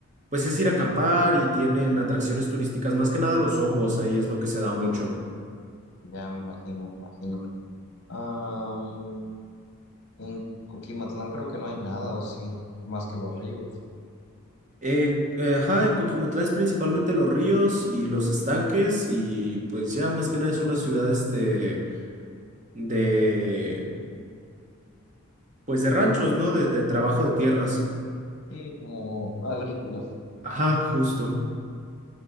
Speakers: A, on the right (about 35°); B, on the left (about 55°).
A: pues es ir a acampar y tienen atracciones turísticas, más que nada los hongos, ahí es lo que se da mucho.
B: ya me imagino, me imagino. Am, en Coquimatlán creo que no hay nada, o sí, más que los ríos,
A: En, eh, ajá, en Coquimatlán es principalmente los ríos y los estanques y pues ya más que nada es una ciudad este de, pues de ranchos, ¿no? De, de trabajo de tierras.
B: sí, como agrícolas.
A: Ajá, justo.